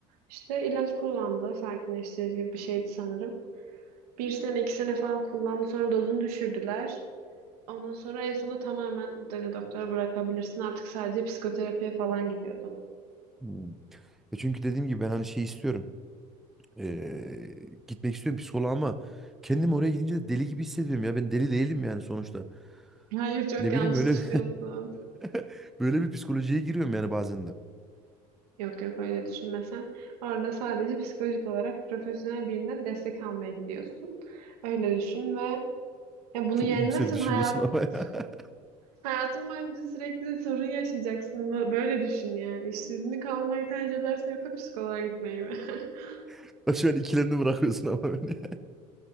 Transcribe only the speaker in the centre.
Hmm. E çünkü dediğim gibi ben hani şey istiyorum. E, gitmek istiyorum psikoloğa ama kendim oraya gidince de deli gibi hissediyorum ya. Ben deli değilim yani sonuçta.
Ne
bileyim öyle
<laughs> böyle bir psikolojiye giriyorum yani bazen de.
Çok
iyimser düşünüyorsun
ama ya.
<laughs> Şu an ikilemde bırakıyorsun ama beni.